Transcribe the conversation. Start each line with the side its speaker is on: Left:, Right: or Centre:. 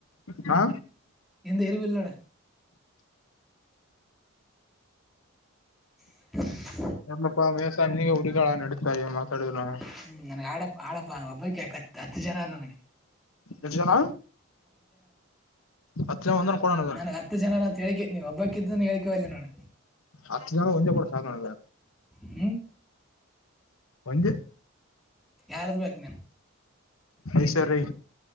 Left: ಹಾ
Centre: ಎ ಎರಿವ ಇಲ್ಲಣ <inaudible> <unintelligible>
Left: ಎಲ್ಲಪ್ಪಾ ಮೇಸ ನೀಗ ಹುರಿಗಾ ನಡತಾಯ ಮಾತಾಡಿದ್ರು
Centre: ಹ್ಮ್ ನನ್ಗೆ ಆಡ ಆಡಪ್ಪ ಒಬ್ಬ ಯ ಹತ್ತು ಜನಾರ ನನ್ಗೆ
Left: ಎಷ್ಟ ಜನ ಹತ್ತು ಜನ ಒಂದನ ಕೊಡ ನನಗ
Centre: ನನ್ಗ್ ಹತ್ತು ಜನರಂತ ಹೇಕೇ ನೀವು ಒಬ್ಬಕ್ಕಿದ್ದ ಹೇಳ್ಕೇವ ಅಲ್ಲಿ ನಾನು
Left: ಅತ್ತು ಒಂಜ ಕೂಡ ಸಾಕಣಲ್ಲ
Centre: ಹ್ಞೂ
Left: ಒಜ
Centre: ಯಾರ್ದ ಬೇಕು ನೀನು
Left: ಯ್ ಸರ್ ರಐ